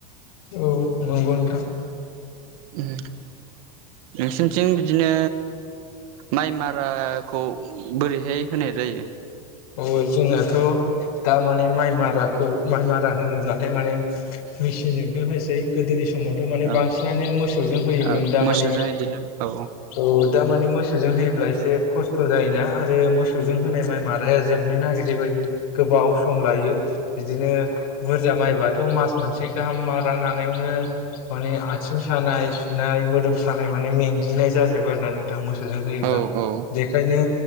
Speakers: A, on the left; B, on the right.
A: औ नंगौ नोंथां।
B: उम नोंसिनिथिं बिदिनो माइ माराखौ बोरैहाय होनाय जायो?
A: औ जोंनाथ' दा माने माइ माराखौ माइ मारा होनोब्लाथाय माने मिसिनजोंसो होसै गोदोनि समावथ' माने
B: औ
A: बांसिनानो मोसौजों होयोमोन
B: औ
A: दा
B: मोसौजों
A: माने
B: बिदिनो औ
A: औ दा माने मोस सौजों होयोब्ला एसे खस्थ' जायोना आरो मोसौजों होनाय माइ मा जोबनो नागिरैबायदि गोबाव सम लायो बिदिनो बुरजा माइबा थ' मास मोनसे गाहाम मारा नानायावनो माने आथिं सानाय सुनाय मोदोम सानाय म माने मेंग्लिनाय जाजोबो आरोना नों थां मोसौजों होयोब्ला
B: औ औ
A: बेखायनो